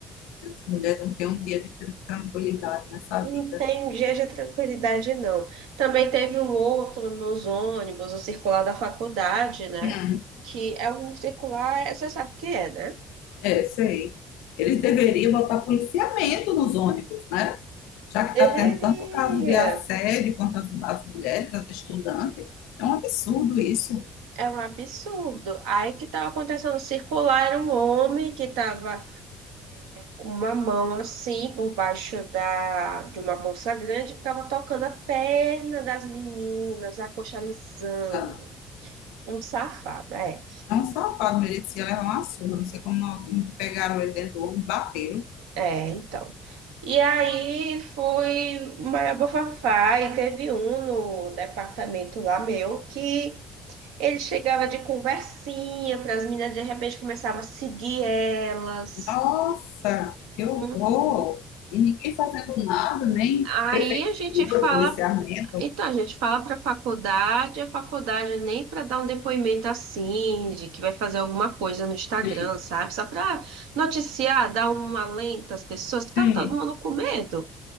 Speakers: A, on the left (about 85°); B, on the right (about 80°).
A: as mulheres não têm um dia de tran- tranquilidade nessa
B: Não
A: vida.
B: tem dia de tranquilidade, não. Também teve um outro nos meus ônibus, o circular da faculdade, né?
A: Hum,
B: Que é um circular, você sabe o que é, né?
A: é, sei. Eles deveriam botar policiamento nos ônibus, né? já que está
B: Deveria.
A: tendo tanto caso de assédio contra as, as mulheres, as estudantes. É um absurdo isso.
B: É um absurdo. Aí o que estava acontecendo circular era um homem que estava com uma mão assim por baixo da, de uma bolsa grande, ficava tocando a perna das meninas, acochalizando.
A: sabe?
B: Um safado, é.
A: É um safado, merecia levar uma surra. Não sei como não, pegaram ele dentro do ônibus, bateram.
B: É, então. E aí foi o maior bafafá e teve um no departamento lá meu que ele chegava de conversinha para as meninas, de repente começava a seguir elas.
A: Nossa, que horror!
B: Uhum.
A: E ninguém fazendo nada, nem
B: Aí
A: prefeitura,
B: a gente fala,
A: policiamento.
B: então a gente fala para a faculdade, a faculdade nem para dar um depoimento assim, de que vai fazer alguma coisa no Instagram,
A: Sim,
B: sabe? Só para noticiar, dar um alento às pessoas, que
A: sim.
B: tava todo mundo com medo.